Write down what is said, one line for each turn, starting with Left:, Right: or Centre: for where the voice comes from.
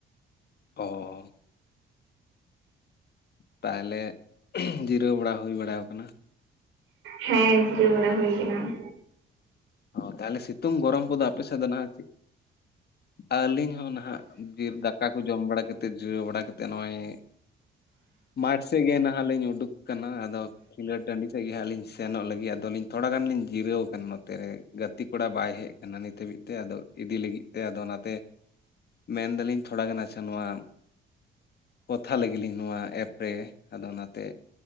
Left: ᱚ ᱛᱟᱦᱚᱞᱮ ᱡᱤᱨᱟᱹᱣ ᱵᱟᱲᱟ ᱦᱩᱭ ᱵᱟᱲᱟ ᱠᱟᱱᱟ
Right: ᱦᱮᱸ ᱡᱤᱨᱟᱹᱣ ᱵᱟᱲᱟ ᱦᱩᱭ ᱠᱟᱱᱟ᱾
Left: ᱚ ᱛᱟᱦᱚᱞᱮ ᱥᱤᱛᱩᱝ ᱜᱚᱨᱚᱢ ᱠᱚᱫᱚ ᱟᱯᱮ ᱥᱮᱫ ᱫᱚ ᱱᱟᱦᱟᱜ ᱪᱮᱫ ᱟᱹᱞᱤᱧ ᱦᱚᱸ ᱱᱟᱦᱟᱜ ᱵᱤᱨ ᱫᱟᱠᱟ ᱠᱚ ᱡᱚᱢ ᱵᱟᱲᱟ ᱠᱟᱛᱮᱫ ᱡᱤᱨᱟᱹᱣ ᱵᱟᱲᱟ ᱠᱟᱛᱮᱫ ᱱᱚᱜᱼᱚᱭ ᱢᱟᱴᱷ ᱥᱮᱫ ᱜᱮ ᱱᱟᱦᱟᱜ ᱞᱤᱧ ᱩᱰᱩᱠ ᱟᱠᱟᱱᱟ᱾ᱟᱫᱚ ᱠᱷᱮᱞᱳᱴ ᱴᱟᱺᱰᱤ ᱥᱮᱜ ᱜᱮ ᱦᱟᱸᱜ ᱞᱤᱧ ᱥᱮᱱᱚᱜ ᱞᱟᱹᱜᱤᱫ ᱟᱫᱚ ᱞᱤᱧ ᱛᱷᱚᱲᱟ ᱜᱟᱱ ᱞᱤᱧ ᱡᱤᱨᱟᱹᱣᱠᱟᱱ ᱱᱚᱛ ᱛᱮᱨᱮ ᱜᱟᱛᱮ ᱠᱚᱲᱟ ᱵᱟᱭ ᱦᱮᱜ ᱠᱟᱱᱟ ᱱᱤᱛ ᱦᱟᱹᱵᱤᱡ ᱛᱮ ᱟᱫᱚ ᱤᱫᱤ ᱞᱟᱹᱜᱤᱫ ᱛᱮ ᱟᱫᱚ ᱚᱱᱟᱛᱮ ᱢᱮᱱᱫᱟᱞᱤᱧ ᱛᱷᱚᱲᱟ ᱜᱟᱱ ᱟᱪᱪᱷᱟ ᱱᱚᱣᱟ ᱠᱚᱛᱷᱟ ᱞᱮᱜᱤᱧ ᱱᱚᱣᱟ ᱮᱯ ᱨᱮ, ᱟᱫᱚ ᱚᱱᱟᱛᱮ